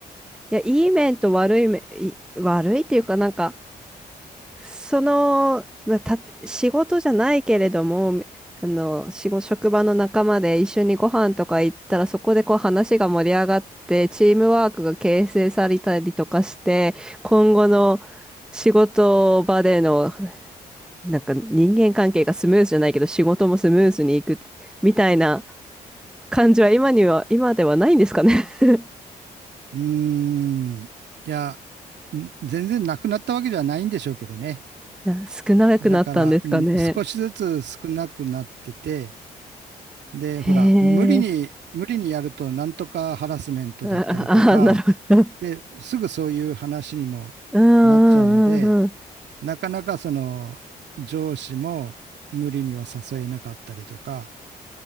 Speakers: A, in the centre; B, on the right (about 65°).
A: いや、いい面と悪い面、い悪いっていうかなんか、その、まあ、た、仕事じゃないけれども、あの、仕事、職場の仲間で一緒にご飯とか行ったら、そこでこう話が盛り上がって、チームワークが形成されたりとかして、今後の仕事場での、なんか人間関係がスムーズじゃないけど、仕事もスムーズにいくみたいな感じは今には、今ではないんですかね。<laughs>
B: うーん。いや、ん全然なくなったわけではないんでしょうけどね。
A: な少なくなったんですかね。
B: だから、うん、少しずつ少なくなってて、で、
A: へ
B: ほら、無理に、
A: え。
B: 無理にやると、なんとかハラスメントだったりとか、
A: ああ、なるほど。
B: で、すぐそういう話にもなっちゃうので、
A: うんうんうんうん。
B: なかなかその上司も無理には誘えなかったりとか、